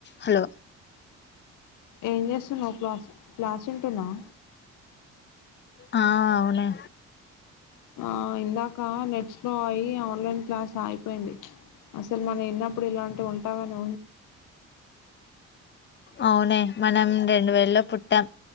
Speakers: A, on the left (about 40°); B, on the left (about 85°).
A: Hello
B: ఏం చేస్తున్నావ్ class class వింటున్నావ
A: ఆ అవునె
B: ఆ ఇందాక నెట్ స్లో అయి ఆన్లైన్ క్లాస్ అయిపోయింది అసలు మనం విన్నప్పుడు ఇలాంటి ఉంటాయని
A: అవునె మనం రెండు వేలల్లో పుట్టాం